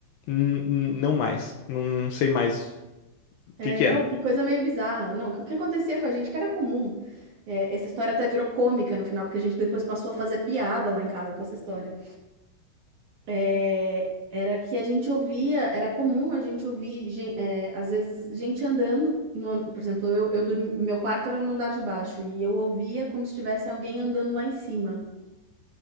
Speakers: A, on the left; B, on the right.
A: Hum, hum, Não mais. Não, não sei mais o
B: é,
A: que que
B: não,
A: era.
B: que coisa meio bizarra. Não, que o que acontecia com a gente, que era comum. É, essa história até virou cômica no final, porque a gente depois passou a fazer piada lá em casa com essa história. é, era que a gente ouvia, era comum a gente ouvir, gen- é, às vezes, gente andando. no an- por exemplo, eu, eu dormi- meu quarto era no andar de baixo e eu ouvia como se tivesse alguém andando lá em cima.